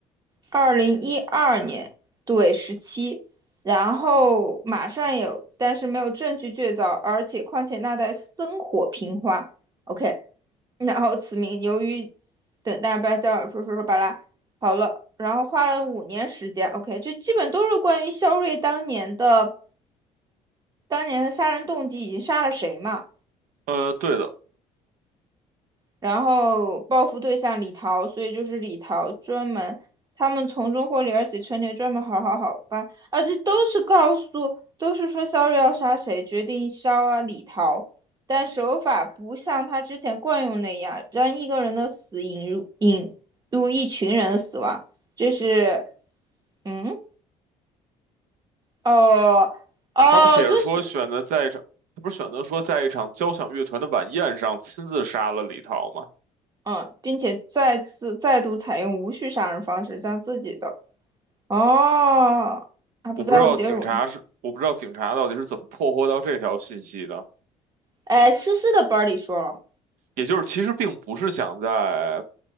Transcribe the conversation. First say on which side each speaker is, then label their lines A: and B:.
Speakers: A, on the right (about 30°); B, on the right (about 75°).
A: 二零一二年，对，十七，然后马上有，但是没有证据确凿，而且况且那代生火平花，OK，然后此名由于等待要加尔说说说巴拉，好了，然后花了五年时间，OK，就基本都是关于肖瑞当年的当年的杀人动机已经杀了谁嘛。
B: 呃，对的，
A: 然后报复对象李桃，所以就是李桃专门，他们从中获利，而且陈年专门好好好吧，啊，这都是告诉，都是说肖瑞要杀谁，决定肖啊李桃，但手法不像他之前惯用那样，让一个人的死引入引入一群人的死亡，这是，嗯，哦，哦，
B: 他不写着说选择在一场，
A: 这是，
B: 他不是选择说在一场交响乐团的晚宴上亲自杀了李桃吗？
A: 嗯，并且再次再度采用无序杀人方式，将自己的。哦，他不在乎结果。
B: 我不知道警察是，我不知道警察到底是怎么破获到这条信息的。
A: 哎，诗诗的本儿里说了，
B: 也就是其实并不是想在